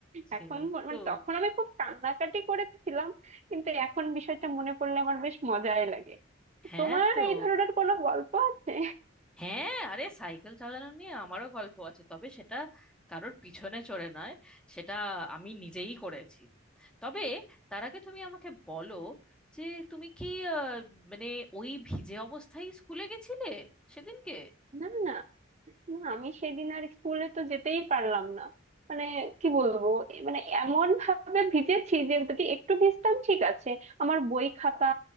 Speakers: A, in the centre; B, on the right (about 35°).
A: সেই
B: এখন ম-
A: তো
B: মানে তখন আমি খুব কান্নাকাটি করেছিলাম কিন্তু এখন বিষয়টা মনে পড়লে আমার বেশ মজাই লাগে
A: হ্যাঁ
B: তোমার
A: তো
B: এই ধরনের কোনো গল্প আছে
A: হ্যাঁ আরে সাইকেল চালানো নিয়ে আমারও গল্প আছে তবে সেটা কারোর পিছনে চড়ে নয় সেটা আমি নিজেই করেছি তবে তার আগে তুমি আমাকে বলো যে তুমি কি আহ, মানে ওই ভিজে অবস্থায় স্কুলে গেছিলে সেদিনকে
B: না না না আমি সেদিন আর স্কুলে তো যেতেই পারলাম না মানে কি বলবো এ মানে এমন ভাবে ভিজেছি যে যদি একটু ভিজতাম ঠিক আছে আমার বই খাতা